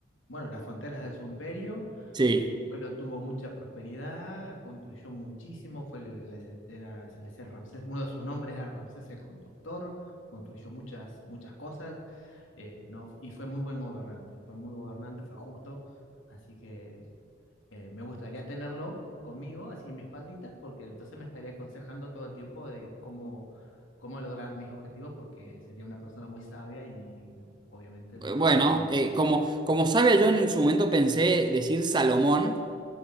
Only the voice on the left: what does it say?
bueno, las fronteras de su imperio,
su pueblo tuvo mucha prosperidad, construyó muchísimo, fue, la- era- se le decía Ramsés, uno de sus nombres era Ramsés el Constructor, construyó muchas, muchas cosas, eh, no, y fue muy buen gobernante, fue muy gobernante, fue justo, así que eh, me gustaría tenerlo conmigo, así en mi espaldita, porque entonces me estaría aconsejando todo el tiempo de cómo, cómo lograr mis objetivos, porque sería una persona muy sabia y obviamente saber
cómo.